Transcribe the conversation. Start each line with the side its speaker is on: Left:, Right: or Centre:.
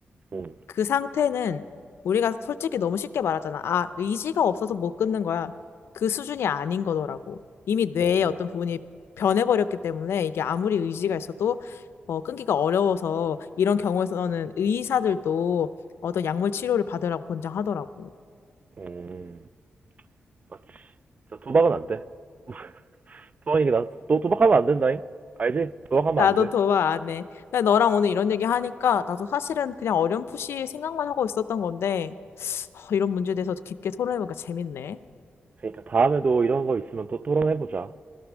Right: 응.
Left: 그 상태는 우리가 솔직히 너무 쉽게 말하잖아. 아, 의지가 없어서 못 끊는 거야. 그 수준이 아닌 거더라고. 이미 뇌의
Right: 응.
Left: 어떤 부분이 변해버렸기 때문에 이게 아무리 의지가 있어도 어, 끊기가 어려워서 이런 경우에서는 의사들도 어떤 약물 치료를 받으라고 권장하더라고.
Right: 응. 맞지. 진짜 도박은 안 돼. <laughs> 도박이게 나, 너 도박하면 안 된다잉? 알지? 도박하면
Left: 나도
Right: 안 돼.
Left: 도와 안 해. 근데 너랑 오늘 이런 얘기 하니까 나도 사실은 그냥 어렴풋이 생각만 하고 있었던 건데, 하, 이런 문제에 대해서 깊게 토론해보니까 재밌네.
Right: 그러니까 다음에도 이런 거 있으면 또 토론해보자.